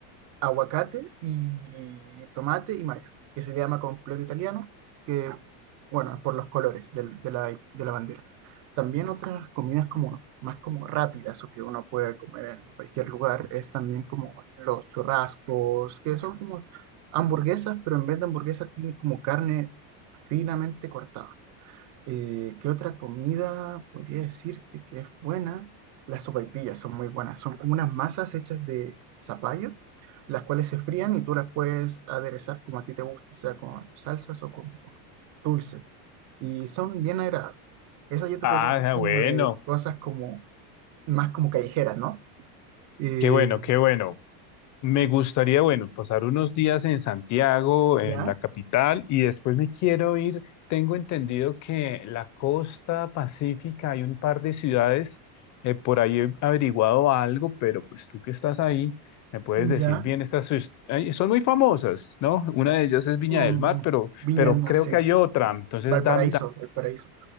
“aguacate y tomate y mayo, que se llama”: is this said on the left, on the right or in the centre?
Right